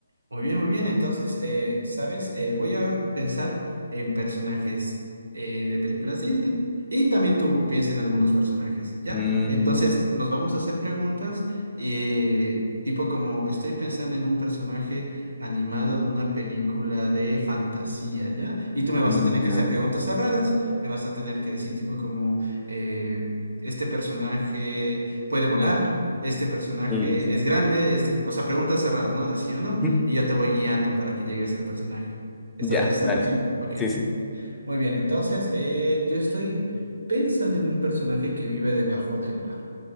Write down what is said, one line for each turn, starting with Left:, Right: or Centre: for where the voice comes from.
Right: Muy bien, muy bien. Entonces, eh, ¿sabes? Eh, voy a pensar en personajes eh, de películas Disney y también tú piensa en algunos personajes, ¿ya?
Centre: Mm,
Right: Entonces,
Centre: ya.
Right: nos vamos a hacer preguntas eh, tipo como estoy pensando en un personaje animado de una película de fantasía, ¿ya? Y tú me vas
Centre: Mm,
Right: a tener
Centre: Ya,
Right: que hacer preguntas cerradas, me vas a tener que decir tipo como eh, este personaje puede volar. Este personaje
Centre: Listo.
Right: es grande, este, o sea, preguntas cerradas, ¿no? De sí o no
Centre: Ujú.
Right: y yo te voy guiando para que llegues al personaje. ¿Estás
Centre: Ya,
Right: listo?
Centre: dale.
Right: Sí, ok.
Centre: Sí, sí.
Right: Muy bien, entonces eh, yo estoy pensando en un personaje que vive debajo del mar.